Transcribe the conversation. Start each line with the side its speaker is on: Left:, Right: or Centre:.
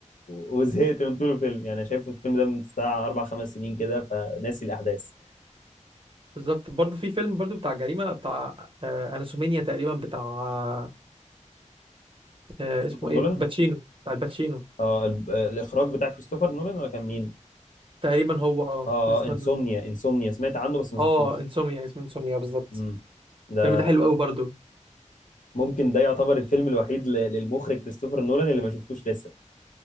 Left: وزهقت من طول الفيلم يعني شايف الفيلم ده من ساعه اربع خمس سنين كده فناسي الاحداث
Right: بالظبط برضه في فيلم برضه بتاع جريمه بتاع آه اناسومينيا تقريبا بتاع آه
Left: كريستوفر
Right: اسمه
Left: نولان
Right: ايه باتشينو بتاع الباتشينو
Left: اه ال- آه، الاخراج بتاع كريستوفر نولان ولا كان مين
Right: تقريبا هو اه
Left: اه
Right: كريستوفر
Left: اه انسومنيا
Right: نولان
Left: انسومنيا سمعت عنه بس ما شفتوش
Right: اه انسوميا اسمه انسوميا بالظبط
Left: امم ده
Right: الفيلم ده حلو قوي برضه
Left: ممكن ده يعتبر الفيلم الوحيد ل- للمخرج كريستوفر نولان اللي ما شفتوش لسه